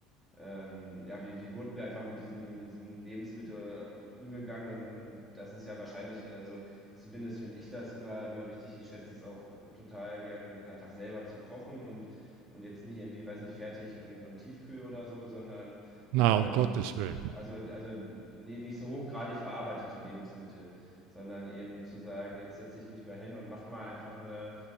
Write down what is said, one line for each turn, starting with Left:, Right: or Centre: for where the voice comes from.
Centre: ähm, ja, wie, wie wurde mir einfach mit diesem, mit diesem Lebensmittel umgegangen und, und das ist ja wahrscheinlich, also zumindest finde ich das immer, immer wichtig. Ich schätze es auch total gern, einfach selber zu kochen und, und jetzt nicht irgendwie, weiß nicht, fertig und, und Tiefkühl oder so, sondern
Right: Na,
Centre: ähm,
Right: um Gottes Willen.
Centre: also, also nie- nicht so hochgradig verarbeitete Lebensmittel, sondern eben zu sagen, jetzt setze ich mich mal hin und mach mal einfach eine